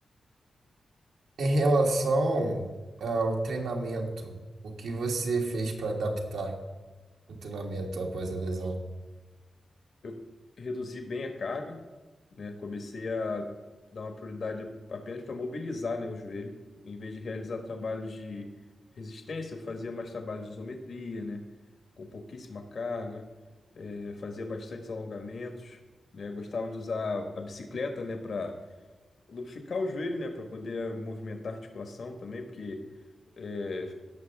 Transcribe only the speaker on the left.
Eu reduzi bem a carga, né? Comecei a dar uma prioridade apenas para mobilizar, né, o joelho. Em vez de realizar trabalhos de resistência, eu fazia mais trabalhos de isometria, né? Com pouquíssima carga, eh, fazia bastantes alongamentos, né? Gostava de usar a bicicleta, né, para lubrificar o joelho, né, para poder eh, movimentar a articulação também, porque é,